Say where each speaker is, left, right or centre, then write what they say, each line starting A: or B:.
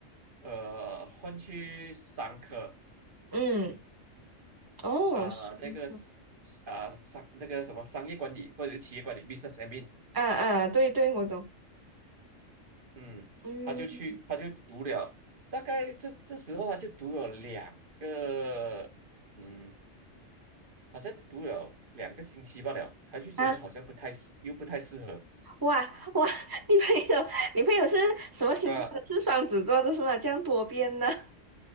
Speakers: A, on the right (about 40°); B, on the right (about 15°).
A: 呃换去商科
B: 嗯，哦，
A: 啊、
B: 辛苦
A: 呃那个啊、商那个什么商业管理或者是企业管理 business admin。
B: 啊啊，对对，我懂。
A: 嗯，
B: 嗯
A: 他就去，他就读了，大概这这时候他就读了两个，嗯，好像读了两个星期罢了，他就觉得好像不太适，
B: 啊，
A: 又不太适合。
B: 哇哇，<laughs> 女朋友女朋友是什么星座的？
A: 啊，
B: 是双子座的是吗？这样多变的。